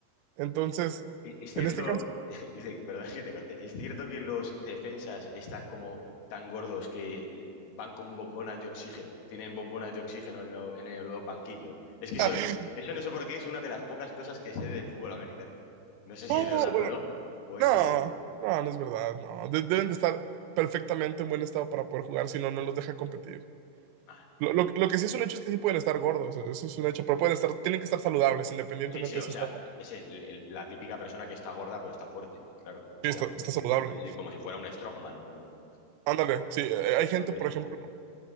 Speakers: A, on the right; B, on the left.
A: Entonces,
B: E- Es cierto,
A: en este caso,
B: <laughs> es de- perdón que te corte, es cierto que los defensas están como tan gordos que van con bombonas de oxígeno, tienen bombonas de oxígeno en, lo- en el- los banquillos. Es que eso,
A: <laughs>
B: eso no sé por qué, es una de las pocas cosas que sé de fútbol americano. No sé si
A: no,
B: es verdad
A: bueno,
B: o no, o
A: no,
B: es... eh,
A: no, no es verdad, no. De- deben de estar perfectamente en buen estado para poder jugar, si no, no los deja competir.
B: ah,
A: Lo, lo-
B: qué pe-
A: lo que sí es un hecho es que sí pueden estar gordos, eh, eso es un hecho, pero pueden estar, tienen que estar saludables, independientemente
B: Sí, sí, o
A: de si
B: sea,
A: está,
B: es el- el- la típica persona que está gorda pero está fuerte, claro, obviamente.
A: sí, está, está saludable.
B: Sí, sí, sí, como si fuera un strongman o
A: Ándale, sí, eh, eh, hay
B: uno
A: gente,
B: de
A: por
B: esos.
A: ejemplo,